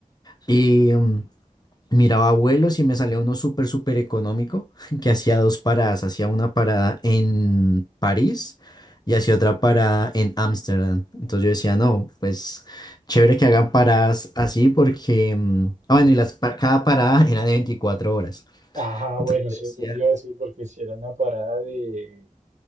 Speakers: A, on the left; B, on the right.
A: Y mm, miraba vuelos y me salía uno súper, súper económico, <laughs> que hacía dos paradas, hacía una parada en París y hacía otra parada en Ámsterdam. Entonces yo decía, no, pues chévere que hagan paradas así porque, mm, ah, bueno, y las, pa- cada parada era de 24 horas.
B: Ah,
A: Entonces
B: bueno,
A: yo
B: sí,
A: decía,
B: eso te iba a decir porque si era una parada de